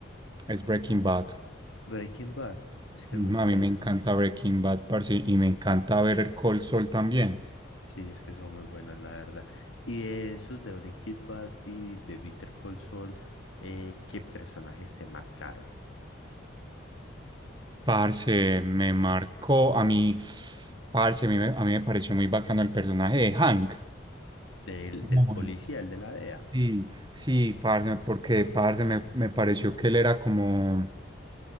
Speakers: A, on the right; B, on the left.
A: es Breaking Bad.
B: Breaking Bad, es que
A: Mm,
B: es muy buena.
A: A mí me encanta Breaking Bad, parce, y me encanta ver el Cold Soul también.
B: Sí, es que son muy buenas, la verdad. Y de esos de Breaking Bad y de Bitter Call Saul, eh, ¿qué personajes te marcaron?
A: Parce, me marcó a mí, parce, a mí, me- a mí me pareció muy bacano el personaje de Hank.
B: ¿Del,
A: Muy.
B: del policía, el de la DEA?
A: Sí, sí, parce, porque parce me, me pareció que él era como,